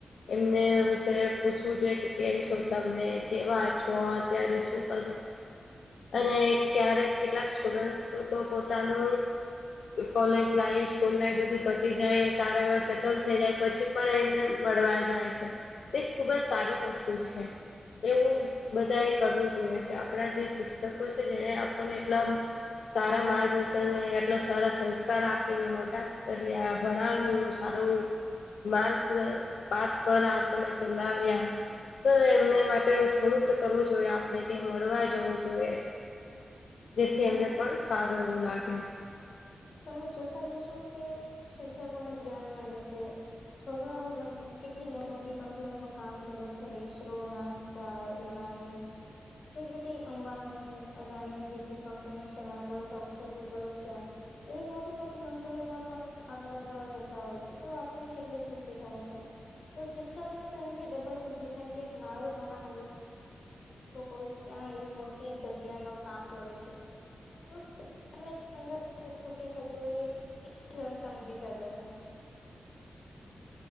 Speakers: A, on the left; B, on the left.
A: એમને વિશે પૂછવું જોઈએ કે કેમ છો તમે કેવા છો ત્યારે શું કર અને ક્યારેક કેટલાક સ્ટુડન્ટ તો પોતાનું કોલેજ લાઈફ સ્કૂલ લાઈફ બધી પતી જાય સારા એવા સેટલ થઈ જાય પછી પણ એમને મળળવા જાય છે તે ખુબ જ સારી વસ્તુ છે એવું બ એ કરવું જોઈએ કે આપણા જે શિક્ષકો છે જેને આપણને એટલા સારા માર્ગદર્શન એટલો સારા સંસ્કાર આપીને મોટા કર ભણાવ્યું સારું માર્ક પાચ પર આપને ચલાવ્યા તો એમને માટેું થોડુંક કરવું જોઈએ આપણે કે મળવા જવું જોઈએ જેથી એમને
B: હમ
A: પણ સારવું લાગ
B: તમે જોતા જશો કે શિક્ષકો ના જ્ઞાન ના લીધે છોકરાઓ કેટલી મોટી મોટી કંપનીઓમાં કામ કરે છે ઈસરો ના ત રિલાયન્સ એ બધી અંબાણી ની અદાણી ની જેટલી કંપની છે માઇક્રોસોફ્ટ છે ગૂગલ છે એવી મોટી મોટી કંપનીઓમાં પણ આપણા છકડાઓ જતા હોય છે તો આપને કેટલી ખુશી થાય છે તો શિક્ષક ને તો એથી ડબલ ખુશી થાય કે મારો ઘણાલો છે છોકરો ત્યાં એવી મોટી જગ્યામાં કામ કરે છે ર ખુશી થત હોમ સમજી શકે છે